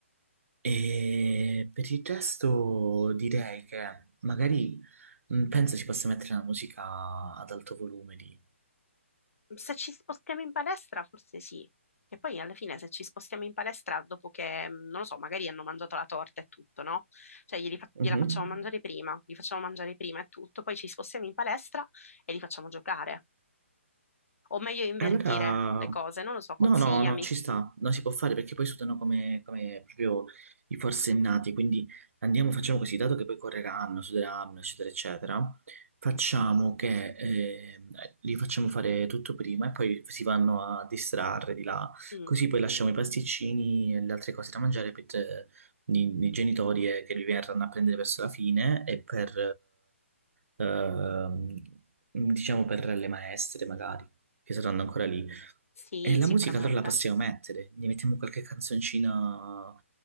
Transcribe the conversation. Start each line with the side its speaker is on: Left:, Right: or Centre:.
Right: E per il resto direi che magari mh, penso si possa mettere una musica ad alto volume lì.
Left: Se ci spostiamo in palestra, forse sì. Che poi alla fine se ci spostiamo in palestra, dopo che, mm, non lo so, magari hanno mangiato la torta e tutto, no? Cioè glieli fa-
Right: Mhm.
Left: gliela facciamo mangiare prima, li facciamo mangiare prima e tutto, poi ci spostiamo in palestra e li facciamo giocare. O meglio invertire
Right: E allora,
Left: le cose, non lo so, consigliami.
Right: no, no, no, ci sta, non si può fare perché poi sudano come, come proprio i forsennati, quindi andiamo, facciamo così, dato che poi correranno, suderanno, eccetera, eccetera, facciamo che eh, li facciamo fare tutto prima e poi si vanno a distrarre di là,
Left: Mm,
Right: così poi lasciamo i pasticcini e le altre cose da mangiare per eh, i, i genitori eh, che li verranno a prendere verso la fine e per, eh, ehm, diciamo, per le maestre magari che saranno ancora lì.
Left: sì,
Right: E la
Left: sicuramente.
Right: musica allora la possiamo mettere, gli mettiamo qualche canzoncina